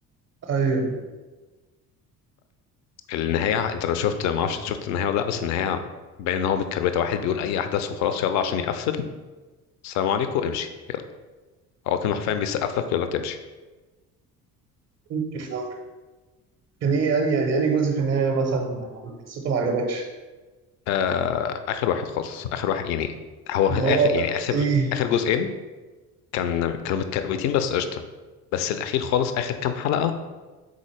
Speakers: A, on the right (about 35°); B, on the left (about 40°).
A: ايوه
B: فالنهايه انت لو شفت ما اعرفش شفت النهايه ولا لا بس النهايه باين ان هو متكروته واحد بيقول اي احداث وخلاص يلا عشان يقفل السلام عليكم امشي يلا هو كان حرفيا بيسقف لك يقول لك تمشي
A: يمكن آه. كان ايه اني يعني اني جزء في النهايه مثلا حسيته ما عجبكش
B: آه... اخر واحد خالص اخر واحد يعني هو
A: اللي
B: في الاخر
A: هو
B: يعني اخر
A: ايه
B: اخر جزئين كان كانوا متكروتين بس قشطه بس الاخير خالص اخر كام حلقه